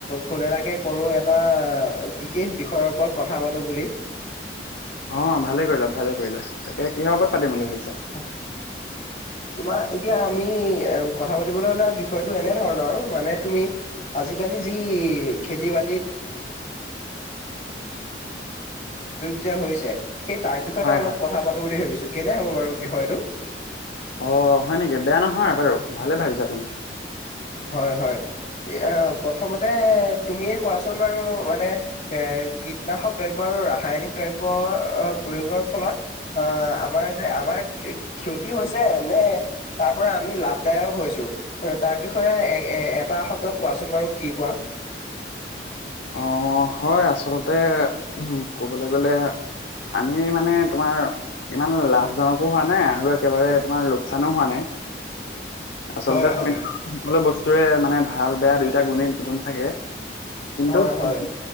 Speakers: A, on the left; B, on the left.
A: ফোন এলাকে কৰো এটা বিশেষ বিষয়ৰ ওপৰত কথা পাতো বুলি।
B: অ ভালে কৰিলা ভালে কৰিলা তাকে কিহৰ ওপৰত পাতিম বুলি ভাবিছো
A: অ তোমাৰ এতিয়া আমি এ কথা পাতিবলৈ ওলোৱা বিষয়টো এনে ধৰণৰ মানে তুমি আজাল যি খতি বাতিত যে হৈছে সেই তাৰ বিষয়তে
B: হয়
A: অলপ
B: হয়
A: কথা পাতো বুলি ভাবিছো কেনে হ'ব বাৰু বিষয়টো
B: অ, হয় নেকি বেয়া নহয় বাৰু ভালে ভাবিছা তুমি।
A: হয় - হয় প্ৰথমতে তুমিয়ে কোৱাচোন বাৰু মানে এ কীটনাশক দ্ৰব্য আৰু ৰাসায়নিক দ্ৰব্য প্ৰয়োগৰ ফলত আহ আমাৰ যে আমাৰ ক্ষতি হৈছে নে তাৰ পৰা আমি লাভদায়ক হৈছো তাৰ বিষয়ে এ এ এটা শব্দত কোৱাচোন বাৰু কি কোৱা
B: অ হয় আচলতে ক'বলৈ গ'লে আমি মানে তোমাৰ ইমান লাভজনকো হোৱা নাই আৰু একেবাৰে তোমাৰ লোকচানো হোৱা নাই আচলতে
A: হয়
B: আ
A: হয়।
B: সকলো বস্তুৰে মানে ভাল বেয়া দুইটা গুণেই গুণ থাকে কিন্তু
A: হয় হয়
B: কি